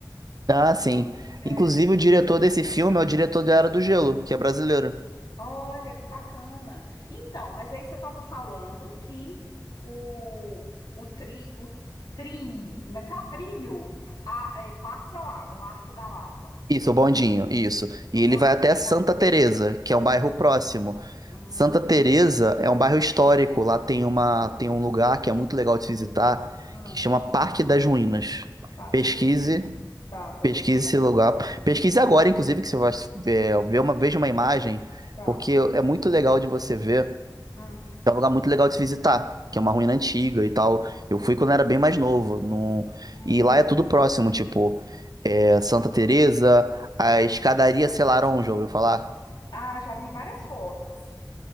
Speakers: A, on the right; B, on the left.
A: Ah, sim.
B: É,
A: Inclusive, o diretor desse filme é o diretor da Era do Gelo, que é brasileiro.
B: Olha, que bacana. Então, mas aí você estava falando que o, o tri, o tri, como é que fala? Trilho, fu- a- é, passa lá no Arco da Lapa,
A: Isso, o Bondinho, isso.
B: que
A: E
B: eu posso
A: ele vai até
B: pegar.
A: Santa Teresa, que é um bairro próximo.
B: Hum,
A: Santa Teresa é um bairro histórico. Lá tem uma, tem um lugar que é muito legal de se visitar,
B: hum,
A: que chama Parque das Ruínas.
B: Parque
A: Pesquise
B: das Unidas. Tá, tô
A: Pesquise
B: anotando.
A: esse lugar. Pesquise agora, inclusive, que você vai é, ver uma, veja uma imagem,
B: Tá.
A: porque é muito legal de você ver.
B: Hum,
A: É um lugar muito legal de se visitar, que é uma ruína antiga e tal. Eu fui quando era bem mais novo. Não...
B: hum.
A: E lá é tudo próximo, tipo, é, Santa Teresa, a escadaria Selarón, já ouviu falar?
B: Ah, já vi várias fotos.